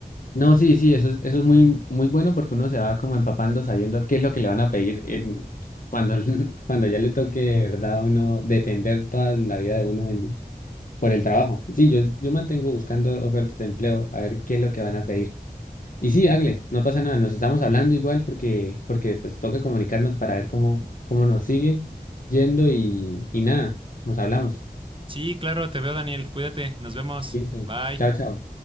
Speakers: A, on the left (about 55°); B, on the right (about 30°).
A: No, sí, sí, eso es, eso es muy, muy bueno porque uno se va como empapando sabiendo qué es lo que le van a pedir en- cuando, <laughs> cuando ya le toque, de ¿verdad? A uno depender toda la vida de uno en, por el trabajo. Sí, yo, yo mantengo buscando ofertas de empleo a ver qué es lo que van a pedir. Y sí, hágale, no pasa nada, nos estamos hablando igual porque, porque pues toca comunicarnos para ver cómo, cómo nos sigue yendo y, y nada, nos hablamos.
B: Sí, claro, te veo, Daniel. Cuídate, nos vemos.
A: Listo.
B: Bye.
A: Chao, chao.